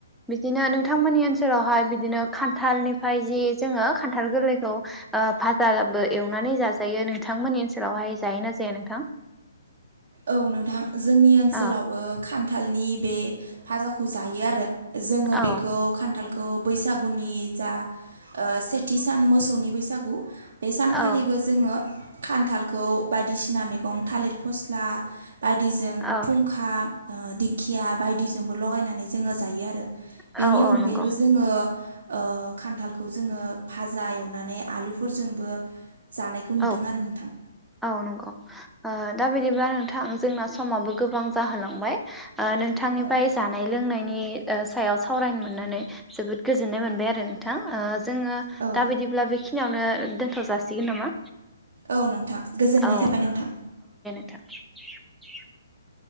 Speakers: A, in the centre; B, on the right.
A: बिदिनो नोंथांमोननि ओनसोलावहाय बिदिनो खान्थालनिफाय जि जोङो खान्थाल गोरलैखौ ओ फाजाबो एवनानै जाजायो नोंथांमोननि ओनसोलावहाय जायोना जाया नोंथां?
B: औ नोंथां जोंनि ओनसोलावबो
A: ओ
B: खान्थालनि बे फाजाखौ जायो आरो जोङो
A: औ
B: बेखौ खान्थाल खौ बैसागुनि जा ओ सेथि सान मोसौनि बैसागु बे सानखालिबो
A: औ
B: जोङो खान्थालखौ बादिसिना मैगं थालिर फस्ला बायदिजों
A: औ
B: फुंखा ओ दिंखिया बायदिजोंबो लगायनानै जोङो जायो आरो
A: औ
B: बेनि
A: औ
B: अनगायैबो
A: नंगौ
B: जोङो ओ खान्थालखौ जोङो फाजा एवनानै आलुफोरजोंबो जानायखौ
A: औ
B: नुदों आरो नोंथां
A: औ नंगौ ओ दा बिदिब्ला नोंथां जोंना समाबो गोबां जाहोलांबाय ओ नोंथांनिफाय
B: औ
A: जानाय लोंनायनि ओ सायाव सावरायनो मोननानै जोबोद गोजोननाय मोनबाय आरो नोंथां ओ जोङो
B: औ
A: दाबादिब्ला बेखिनियावनो दोनथ जासिगोन नामा?
B: औ नोंथां गोजोननाय
A: औ
B: थाबाय नोंथां
A: <inaudible>